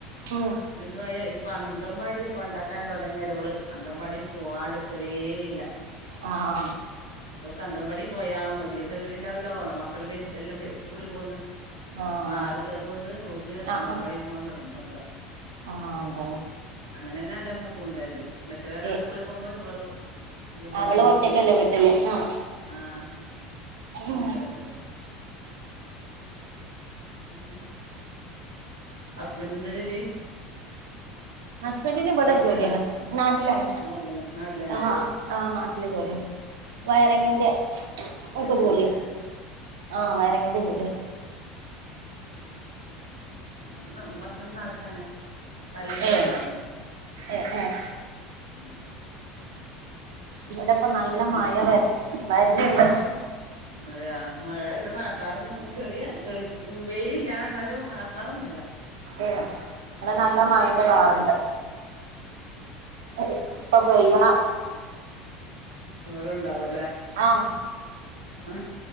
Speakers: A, on the right (about 60°); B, on the right (about 85°).
A: ഉം
B: <unintelligible> ഇപ്പ അങ്കൻമ്പാടി കൊണ്ടക്കാനെ തോടങ്ങിയാരെ ഓള് അങ്കവാടി പോവാടെ നിക്കലേ ഇല്ല
A: ആഹ്
B: ഓക്ക് അങ്കവാടി പോയാ മതി പേടിണ്ടാവുല ഓളെ മക്കള് വെൽതെ എല്ലാം സ്കൂളി പോന്ന്
A: ആഹ്
B: അപ്പൊ ആരുല്ലതൊണ്ട് ഓക്ക്
A: ആഹ്
B: അങ്കൻവാടി
A: ആഹ്
B: പോവാൻ നിർബന്ധ
A: ആഹ് അതന്നെ
B: അങ്ങനെന്നെ അന്റെ മോക്കും ഉണ്ടായത് മറ്റേല് രണ്ടാളും
A: ഏഹ്
B: സ്കൂളിൽ പോകുമ്പോ ഇവള് അങ്കവാടില്
A: അവള് ഒറ്റക്കല്ലേ
B: വേം പോയിട്ട്
A: വീട്ടില് ആഹ്
B: ആഹ് <unintelligible>
A: ഉം
B: പിന്നെ ഹസ്ബന്റ് എന്താ ജോലി?
A: ഹസ്ബൻഡിന് ഇവിടെ
B: നാട്ടിലുണ്ടാ
A: ജോലിയണ് നാട്ടിലാണ്
B: നാട്ടിലന്നെ നാട്ടിലന്നെ
A: ആഹ് നാട്ട് ട്ടില് ജോലിയാ- വയറിങ്ങിന്റെ
B: ഉം ഉം വയറിങ്ങിന്റെ
A: ഒക്ക ജോലി ആഹ് വയറിങ്ങിന്റെ ജോലിയാ-
B: അന്നമ്മതന്ന അട്ത്തന്നെ- കല്ലിന്റെ
A: ഏഹ്
B: പണിയാണ്
A: ഏഹ് ഏഹ്
B: ഉം-
A: ഇവിടെ ഇപ്പ
B: പിന്നെ
A: നല്ല
B: മോ
A: മഴ വര് വര്ന്ന്ണ്ട്-
B: അതെയ മഴ ഇടെ മഴക്കാറൊന്ന് ചെറിയ തെളി വെയിലില്ല എന്നാലും മഴക്കാറൊന്നുയില്ല-
A: ഏ അടെ നല്ല മായറെ കാറുണ്ട്
B: ഉം
A: ഇപ്പൊ വ്യണ
B: അവഓര ഉണ്ടാവ <unintelligible>
A: ആഹ
B: ആ